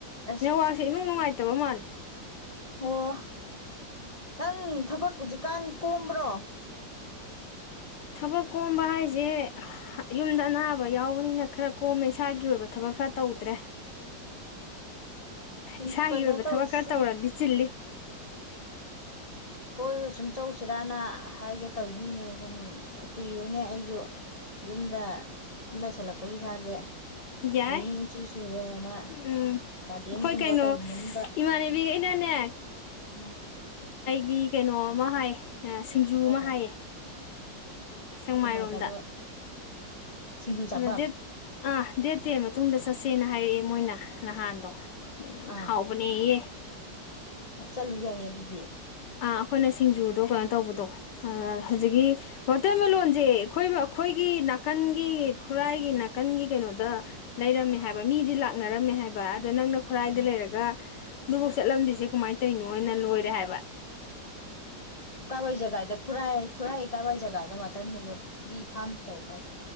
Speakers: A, on the left; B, on the left.
A: ꯑꯁ
B: ꯅꯦꯋꯥꯛꯁꯦ ꯏꯅꯨꯡ ꯅꯨꯡꯉꯥꯏꯇꯕ ꯃꯥꯜꯂꯦ
A: ꯑꯣ ꯅꯪ ꯊꯕꯛ ꯍꯧꯖꯤꯛꯀꯥꯟ ꯀꯣꯝꯕ꯭ꯔꯣ
B: ꯊꯕꯛ ꯀꯣꯝꯕ ꯍꯥꯏꯁꯦ ꯌꯨꯝꯗ ꯑꯅꯥꯕ ꯌꯥꯎꯕꯅꯤꯅ ꯈꯔ ꯀꯣꯃꯦ ꯏꯁꯥꯒꯤ ꯑꯣꯏꯕ ꯊꯕꯛ ꯈꯔ ꯇꯧꯗ꯭ꯔꯦ
A: ꯁꯨꯝ
B: ꯏꯁꯥꯒꯤ
A: ꯀꯩꯅꯣ
B: ꯑꯣꯏꯕ
A: ꯇꯧꯁꯤꯗ
B: ꯊꯕꯛ ꯈꯔ ꯇꯧꯔꯗꯤ ꯆꯤꯜꯂꯤ <inaudible>
A: ꯀꯣꯏꯕꯁꯨꯝ ꯆꯧꯁꯤꯔꯅ ꯍꯥꯏꯒꯦ ꯇꯧꯔꯤꯅꯤꯅꯦ ꯁꯨꯝ ꯀꯨꯏꯔꯦꯅꯦ ꯑꯩꯁꯨ ꯌꯨꯝꯗ ꯁꯨꯝ ꯂꯩꯁꯜꯂꯛꯄꯒꯤ ꯏꯁꯥꯁꯦ
B: ꯌꯥꯏ
A: ꯕꯣꯔꯤꯡ ꯃꯆꯨ ꯁꯨꯔꯦꯅ
B: ꯎꯝ
A: ꯒꯥꯔꯗꯦꯟꯒꯨꯝꯕ
B: ꯑꯩꯈꯣꯏ ꯀꯩꯅꯣ
A: ꯀꯩꯒꯨꯝꯕ ꯑꯃꯗ
B: ꯏꯃꯥꯟꯅꯕꯤꯒ ꯑꯩꯅꯅꯦ
A: ꯎꯝ
B: ꯒꯤ ꯀꯩꯅꯣ ꯑꯃ ꯍꯥꯏ ꯁꯤꯡꯖꯨ
A: ꯀꯥꯏꯗ
B: ꯑꯃ ꯍꯥꯏꯌꯦ ꯁꯦꯛꯃꯥꯏꯔꯣꯝꯗ
A: ꯁꯨꯃꯥꯏ ꯀꯥꯏꯗ ꯁꯤꯡꯖꯨ ꯆꯥꯐꯝ
B: ꯑꯗꯣ ꯗꯦꯠ ꯑꯥ ꯗꯦꯠ ꯇꯦꯟ ꯃꯇꯨꯡꯗ ꯆꯠꯁꯦꯅ ꯍꯥꯏꯔꯛꯑꯦ ꯃꯣꯏꯅ ꯅꯍꯥꯟꯗꯣ ꯎꯝ
A: ꯑꯥ
B: ꯍꯥꯎꯕꯅꯦꯌꯦ
A: ꯑꯁ ꯆꯠꯂꯨ ꯌꯥꯏꯌꯦ ꯑꯗꯨꯗꯤ
B: ꯑ ꯑꯩꯈꯣꯏꯅ ꯁꯤꯡꯖꯨꯗꯣ ꯀꯩꯅꯣ ꯇꯧꯕꯗꯣ ꯍꯧꯖꯤꯛꯀꯤ ꯋꯥꯇꯔ ꯃꯦꯂꯣꯟꯁꯦ ꯑꯩꯈꯣꯏ ꯑꯩꯈꯣꯏꯒꯤ ꯅꯥꯀꯟꯒꯤ ꯈꯨꯔꯥꯏꯒꯤ ꯅꯥꯀꯟꯒꯤ ꯀꯩꯅꯣꯗ ꯂꯩꯔꯝꯃꯦ ꯍꯥꯏꯕ ꯃꯤꯗꯤ ꯂꯥꯛꯅꯔꯝꯃꯦ ꯍꯥꯏꯕ ꯅꯪꯅ ꯈꯨꯔꯥꯏꯗ
A: ꯑꯥ
B: ꯂꯩꯔꯒ ꯑꯗꯨꯐꯧ ꯆꯠꯂꯝꯗꯤꯖꯦ ꯀꯃꯥꯏꯅ ꯇꯧꯔꯤꯅꯣꯅ ꯂꯣꯏꯔꯦ ꯍꯥꯏꯕ
A: ꯀꯋꯥꯏ ꯖꯒꯗ ꯈꯔ ꯈꯨꯔ ꯀꯋꯥꯏꯖꯒ ꯇꯁꯣꯔꯣ